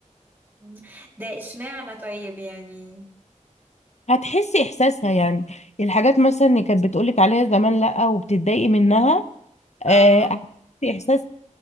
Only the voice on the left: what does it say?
هتحسي احساسها يعني الحاجات مثلا اللي كانت بتقولك عليها زمان لا وبتتضايقي منها
آه، هتحسي